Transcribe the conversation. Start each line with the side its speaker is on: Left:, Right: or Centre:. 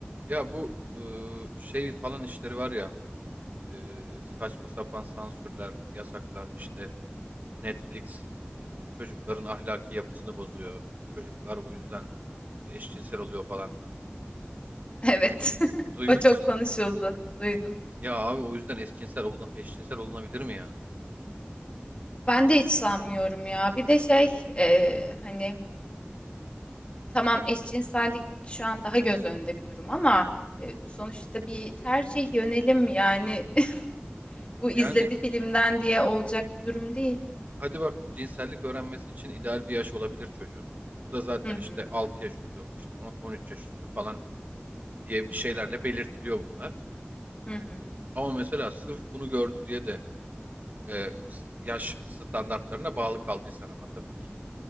Right: Ya bu ıı, şey falan işleri var ya ıı, saçma sapan sansürler, yasaklar işte Netflix ıı, çocukların ahlaki yapısını bozuyor. Çocuklar bu yüzden eşcinsel oluyor falan.
Left: Evet. <laughs>
Right: Duymuşsun.
Left: O çok konuşuldu. Duydum.
Right: Ya abi o yüzden eşcinsel olun eşcinsel olunabilir mi ya?
Left: Ben de hiç sanmıyorum ya. Bir de şey e, hani tamam eşcinsellik şu an daha göz önünde bir durum ama e, bu sonuçta bir tercih yönelim yani <laughs> bu izledi
Right: Yani
Left: filmden diye olacak bir durum değil.
Right: hadi bak cinsellik öğrenmesi için ideal bir yaş olabilir çocuğun. Bu da zaten
Left: Hı hı.
Right: işte 6 yaş üstü, işte on 13 yaş üstü falan diye bir şeylerle belirtiliyor bunlar.
Left: Hı hı.
Right: Ama mesela sırf bunu gördü diye de e, yaş standartlarına bağlı kaldıysan ama tabii ki.